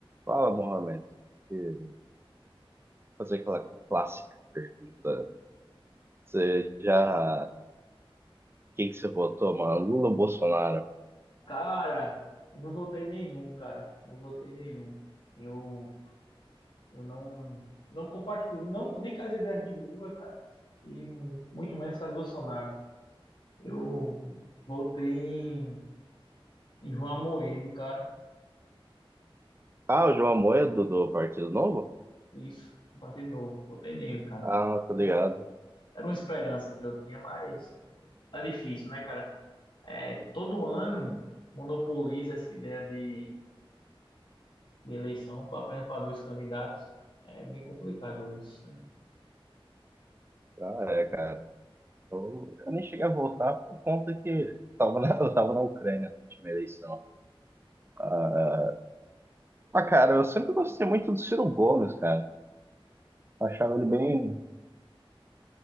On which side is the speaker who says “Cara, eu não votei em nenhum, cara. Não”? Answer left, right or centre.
Left